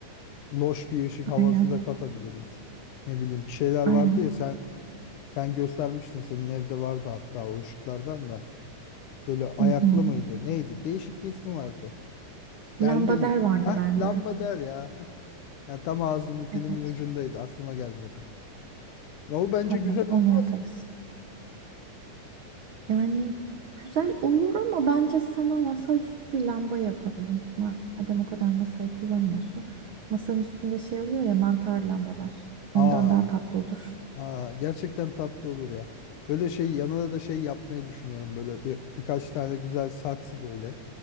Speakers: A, on the left (about 75°); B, on the right (about 80°).
A: loş bir ışık havası
B: Aynen.
A: da katabiliriz. Ne bileyim bir şeyler
B: Aynen.
A: vardı ya sen sen göstermiştin senin evde vardı hatta o ışıklardan da. Böyle ayaklı
B: Hı hı.
A: mıydı? Neydi? Değişik bir ismi vardı.
B: Lambader
A: Derli mi?
B: vardı
A: Ah
B: bende.
A: lambader ya. <laughs> Ya tam ağzımın
B: Evet.
A: dilimin ucundaydı. Aklıma gelmedi. Ya o bence
B: Tamam,
A: güzel
B: onu
A: olmaz
B: yaparız.
A: mı?
B: Yani güzel olur ama bence sana masaüstü bir lamba yapalım. Madem o kadar masayı kullanıyorsun. Masanın üstünde şey oluyor ya mantar lambalar.
A: Aa,
B: Ondan daha tatlı olur.
A: aa, gerçekten tatlı olur ya. Böyle şey yanına da şey yapmayı düşünüyorum. Böyle bir, birkaç tane güzel saksı böyle.